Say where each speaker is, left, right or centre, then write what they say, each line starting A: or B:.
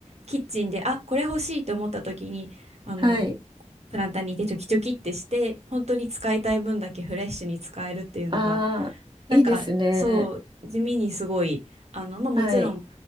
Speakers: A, on the right; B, on the right.
A: キッチンであこれ欲しいと思った時にあの
B: はい。
A: プランターにいてチョキチョキってして本当に使いたい分だけフレッシュに使えるっていうのが
B: ああ、
A: なんかそう地味にすごいあの、
B: いいですね。
A: まあ、もちろん
B: はい、